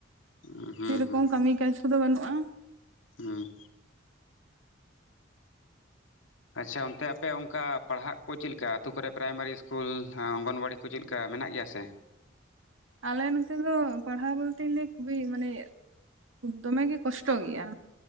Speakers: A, on the left; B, on the right.
A: ᱦᱩᱸ
B: ᱥᱮᱨᱚᱠᱚᱢ
A: ᱦᱩᱸ
B: ᱠᱟᱢᱤ ᱠᱟᱡᱽ ᱠᱚᱫᱚ ᱵᱟᱹᱱᱩᱜᱼᱟ᱾
A: ᱦᱩᱸ᱾ ᱟᱪᱪᱷᱟ ᱚᱱᱛᱮ ᱟᱯᱮ ᱚᱱᱠᱟ ᱯᱟᱲᱦᱟᱜ ᱠᱚ ᱪᱮᱞᱠᱟ, ᱟᱛᱩ ᱠᱚᱨᱮ ᱯᱨᱟᱭᱢᱟᱨᱤ ᱤᱥᱠᱩᱞ ᱦᱟᱸ ᱚᱝᱜᱚᱱᱵᱟᱲᱤ ᱠᱚ ᱪᱮᱞᱠᱟ ᱢᱮᱱᱟᱜ ᱜᱮᱭᱟ ᱥᱮ?
B: ᱟᱞᱮ ᱱᱚᱛᱮ ᱫᱚ ᱯᱟᱲᱦᱟᱣ ᱵᱚᱞᱛᱮ ᱞᱟᱹᱭ ᱠᱷᱩᱵᱮᱭ ᱢᱟᱱᱮ ᱫᱚᱢᱮ ᱜᱮ ᱠᱚᱥᱴᱚ ᱜᱮᱭᱟ᱾